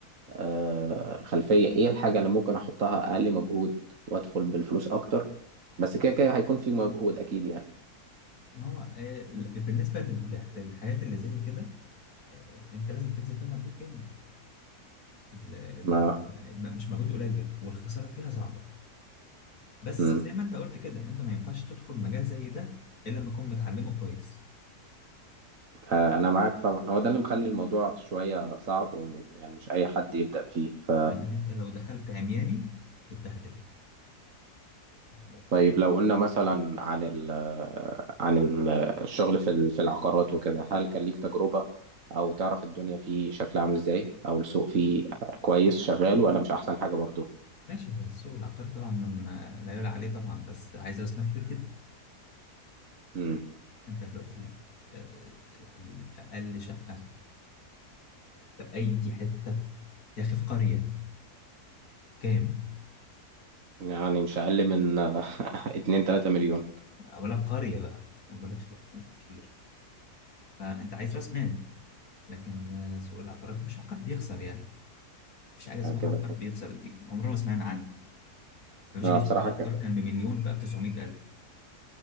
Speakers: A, on the right; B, on the left.
A: آه، خلفية ايه الحاجة اللي ممكن احطها اقل مجهود وادخل بالفلوس اكتر بس كده كده هيكون في مجهود اكيد يعني
B: ما هو آه، بالنسبة لل- للحاجات اللي زي كده آه، أنت لازم تبذل فيها مجهود جامد ال-
A: ما
B: ال- م- مش مجهود قليل والخسارة فيها صعبة بس
A: مم.
B: زي ما أنت قلت كده أنت ما ينفعش تدخل مجال زي ده إلا لما تكون متعلمه كويس
A: آه، انا معاك طبعا هو ده اللي مخلي الموضوع شوية صعب وم- يعني مش اي حد يبدأ فيه ف
B: لأنك أنت لو دخلت عمياني هتتبهدل هتتبهدل.
A: طيب لو قلنا مثلا عن ال عن ال- الشغل في ال- في العقارات وكده هل كان ليك تجربة او تعرف الدنيا فيه شكلها عامل ازاي او السوق فيه كويس شغال ولا مش احسن حاجة برضو
B: ماشي هو السوق العقاري طبعا ما ما- لا يعلى عليه طبعا بس عايز راس مال كبير جدا
A: امم
B: انت دلوقتي آه، اقل شقه في اي حته في... يا اخي في قريه كام
A: يعني مش أقل من <laughs> اتنين تلاتة مليون
B: ولا قريه بقى ما بقولكش بقى في اماكن كبيره فانت عايز راس مال لكن آه، سوق العقارات مفيش عقار بيخسر يعني مفيش حاجه اسمها
A: هكذا
B: عقار بيخسر دي عمرنا ما سمعنا عنها مفيش
A: أنا
B: مثلا
A: بصراحة كان
B: عقار كان بمليون بقى ب 900000